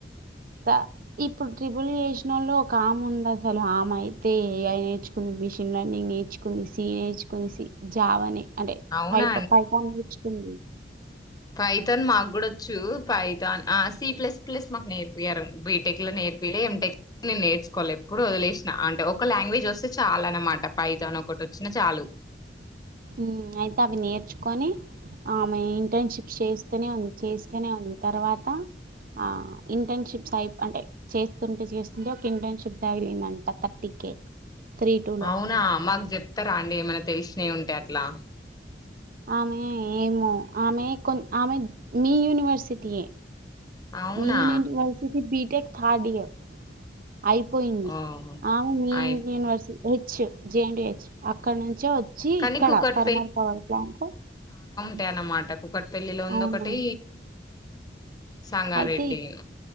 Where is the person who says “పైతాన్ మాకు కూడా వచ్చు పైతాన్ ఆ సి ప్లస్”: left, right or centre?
Left